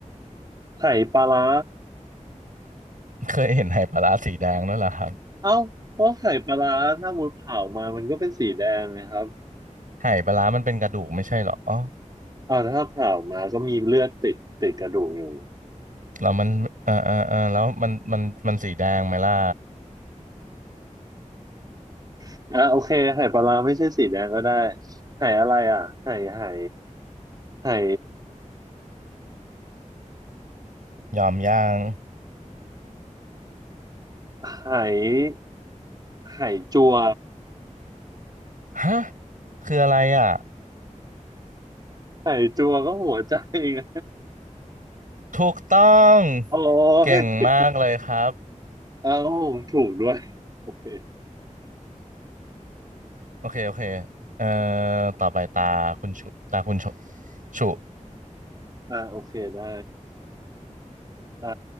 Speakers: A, on the right; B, on the right.
A: ไข่ปลาร้า
B: เคยเห็นไหปลาร้าสีแดงด้วยเหรอครับ
A: เอ้าเพราะไข่ปลาร้าถ้ามุดเผามามันก็เป็นสีแดงนะครับ
B: ไหปลาร้ามันเป็นกระดูกไม่ใช่เหรอ
A: อ่าถ้าเผามาก็มีเลือดติดติดกระดูกอยู่
B: แล้วมันเออเออเออแล้วมันมันมันสีแดงไหมล่ะ
A: <laughs> อ่าโอเคไข่ปลาร้าไม่ใช่สีแดงก็ได้ไข่อะไรอ่ะไข่ไข่ไข่
B: ยอมย่าง
A: ไข่ไข่จัว
B: ฮะคืออะไรอ่ะ
A: ไข่จัวก็หัวใจไง
B: ถูกต้อง
A: โอ้
B: เก่งมากเลยครับ
A: ย เอ้าถูกด้วย โอเค
B: โอเคโอเคเอ่อต่อไปตาคุณชุตาคุณชุชุ
A: อ่าโอเคได้อ่า